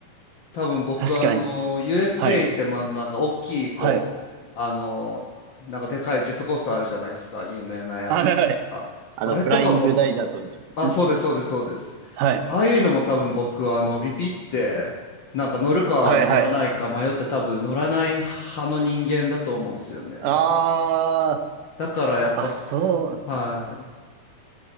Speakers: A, on the left (about 70°); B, on the right (about 75°).
A: 多分僕あの、
B: 確かに。
A: USJ
B: はい。
A: ってまあなんか大きいこう、
B: はい。
A: あの、なんかでかいジェットコースターあるじゃないですか、有名なやつ。
B: あはい。
A: ああれとかも
B: あの、フライングダイジャートでしたっけん
A: あ、そうです、そうです、そうです。
B: はい。
A: ああいうのも多分僕はあのビビってなんか乗るか乗らないか迷って多分乗らない派の人間だと思うんですよね。
B: はいはい。ああ、
A: だからやっぱす、
B: あ、そう、
A: はい。